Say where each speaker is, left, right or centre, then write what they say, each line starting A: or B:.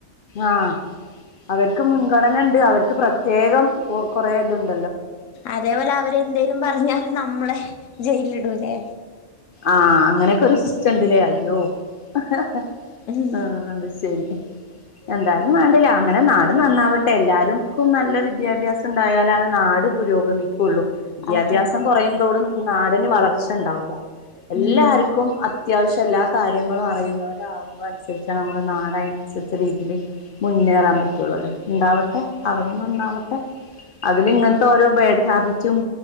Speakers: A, on the left (about 60°); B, on the left (about 85°).
A: ആഹ അവർക്ക് മുൻഗണന ഉണ്ട് അവർക്ക് പ്രത്യേകം കൊറെേ ഇതുണ്ട്
B: അതേപോലെ അവരെ എന്തേലും പറഞ്ഞാല് നമ്മളെ ജയിലിടൂല്ലേ
A: ആഹ അങ്ങനെയൊക്കെ ഒരു സിസ്റ്റണ്ടല്ലേ അയ്യോ ഹ
B: ഉം
A: ആഹ അത് ശരി എന്താലും വേണ്ടില്ല അങ്ങനെ നാട് നന്നാവട്ടെ എല്ലാവർക്കും നല്ല വിദ്യാഭ്യാസം ഉണ്ടായാലാണ് നാട് പുരോഗമിക്കുള്ളു വിദ്യാഭ്യാസം
B: അതെ
A: കുറയുന്നതോടും നാടിന് വളർച്ച ഉണ്ടാവൂല്ല എല്ലാർക്കും
B: ഉം
A: അത്യാവശ്യം എല്ലാ കാര്യങ്ങളും അറിയുന്നവർ ആകുമോൾ അനുസരിച്ച നമ്മളെ നാടെ നുസരിച്ച രീതിൽ മുന്നേറാൻ പറ്റുള്ളല്ലോ ഉണ്ടാവട്ടെ അവരിന്ന ഒന്നാവട്ടെ അതിൽ ഇങ്ങനത്തെ ഓരോ ബേഡ് ഹാബിറ്റും